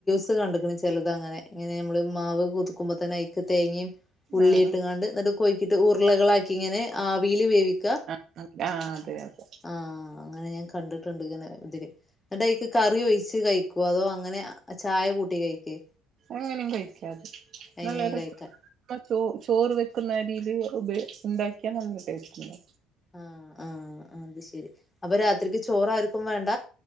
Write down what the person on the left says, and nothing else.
ഇത് കണ്ടക്കണ ചിലത് അങ്ങനെ ഇങ്ങനെ നമ്മള് മാവ് കൊയക്കുമ്പോ തന്നെ ഐക്ക് തേങ്ങിയും ഉള്ളിയിട്ടുംങ്ങാണ്ട്
എന്നിട്ട് കൊയ്ക്കിട്ട് ഉരുളകളാക്കി ഇങ്ങനെ ആവിൽ വേവിക്ക
ആഹ അങ്ങനെ ഞാൻ കണ്ടിട്ടുണ്ട് ഇങ്ങനെ ഇതില് ഇങ്ങടയ്ക്ക് കറി ഒയിച്ച് കയ്ക് പ്പോ അതോ അങ്ങനെ ചായ കൂട്ടി കയിക്കെ
എങ്ങനെയും
കഴിക്കാൻ
ആഹ ആഹ് അത് ശെരി അപ്പൊ രാത്രിക്ക്ചോറ് ആർക്കും വേണ്ട